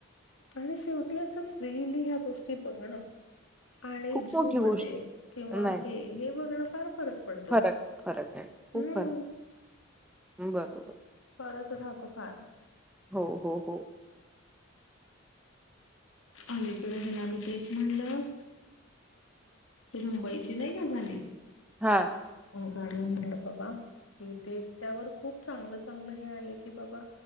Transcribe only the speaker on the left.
आणि शेवटी असं फ्रीली ह्या गोष्टी बघणं आणि
झू
मध्ये किंवा
हे हे बघणं फार फरक. पडतो
हम्म
परत राहतो फार.
अलीकड ह्यायलामही ते एक म्हणलं. मुंबईची नाही का झाली.
बाबा कि ते त्यावर खूप चांगलं चांगलं हे आले की. बाबा